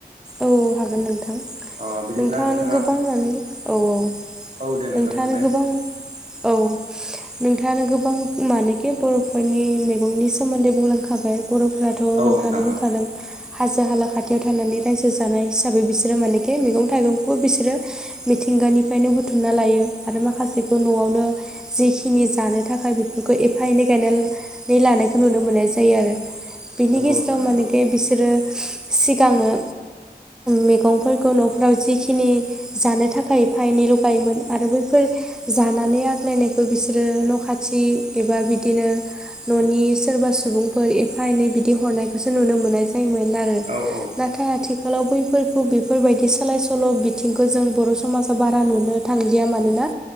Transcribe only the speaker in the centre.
औ हागोन नोंथां
नोंथांङानो
गोबां माने औ औ
नोंथांङानो
गोबां औ नोंथांङानो गोबां मानेखि बर'फोरनि मैगंनि सोमोन्दै बुंलांखाबाय बर'फोरा थ'
नोंथांङा
बुंखादों हाजो हाला खाथियाव थानानै रायजो जानाय हिसाबै बिसोरो मानेखि मैगं थाइगंखौबो बिसोरो मिथिंगानिफ्रायनो बुथुमना लायो आरो माखासेखौ न'आवनो जिखिनि जानो थाखाय बेफोरखौ एफा एनै गायना नै लानायखौ नुनो मोननाय जायो आरो बिनि
गेजेराव
मानेखि बिसोरो सिगांङो मैगंफोरखौ न'फोराव जिखिनि जानो थाखाय एफा एनैल' गायोमोन आरो बैफोर जानानै आग्लायनायखौ बिसोरो न' खाथि एबा बिदिनो न'नि सोरबा सुबुंफोर एफा एनै बिदि हरनायखौसो नुनो मोननाय जायोमोन आरो
नाथाय आरो आथिखालाव बैफोरखौ बेफोरबायदि सोलाय सोल' बिथिंखौ जों बर' समाजाव बारा नुनो थांलिया मानोना